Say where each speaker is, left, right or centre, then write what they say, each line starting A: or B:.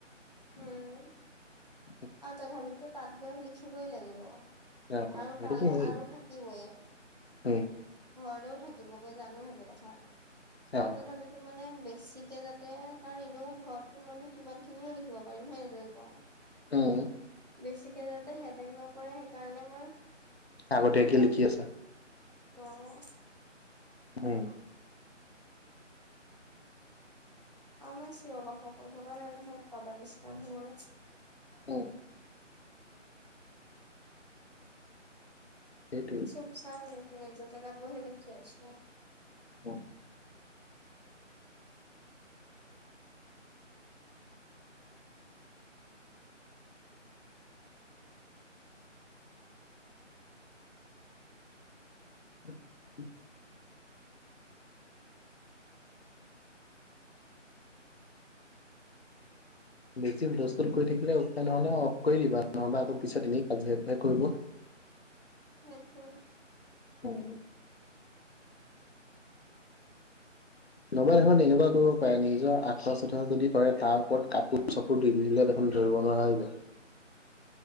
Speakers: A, on the left; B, on the right.
A: <unintelligible>
B: উম আৰু তথাপিতো তাত গৈ লিখিবই লাগিব
A: অ
B: আৰু
A: সেইটোতো
B: তালে
A: হয়েই
B: আৰু থাকিবই।
A: উম।
B: ঘৰলেও থাকিবগৈ জানো সেইটো কথা।
A: <unintelligible>
B: তথাপিতো মানে বেছিকে যাতে কাৰণ এনেও ঘৰতনো মইনো কিমানখিনিনো লিখিব পাৰিম, হয় নাই? তুমি কোৱা
A: উম।
B: বেছিকে যাতে হেদেক নপৰে, সেইকাৰণে মই
A: আগতীয়াকে
B: ইয়াতে
A: লিখি আছা?
B: অ'।
A: উম।
B: আমাৰ চিঞৰ বাসৰ কৰি থকা নাই নহয় কাৰবাৰ দিষ্টাব হবলৈ।
A: উম। সেইটোৱে।
B: <unintelligible> নিজৰ জেগাত বহি লিখি আছোঁ।
A: উ। <unintelligible> বেছি হুলস্থুল কৰি থাকিলে উপায় নহ'লে অফ কৰি দিবা নহবা আকৌ পিছত এনে কাজিয়া সূপাহে কৰিব।
B: সেটোৱে। <unintelligible>
A: উম। নবা দেখোন এনেকুৱা কৰিব পাৰে, নিজৰ আঠাৱা- চাঠুৱা যদি পৰে তাৰ ওপৰত কাপোৰ চ দি দিলে দেখোন ধৰিব নোৱাৰা হৈ যায়।